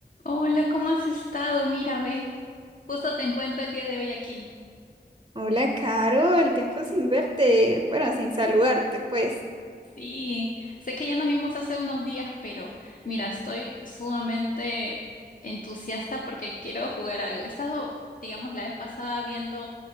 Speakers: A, on the left (about 50°); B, on the right (about 25°).
A: Hola, ¿cómo has estado? Mira, ve, justo te encuentro el día de hoy aquí.
B: Hola, Carol, tiempo sin verte, bueno, sin saludarte, pues.
A: Sí, sé que ya nos vimos hace unos días, pero mira, estoy sumamente entusiasta porque quiero jugar algo. He estado, digamos, la vez pasada viendo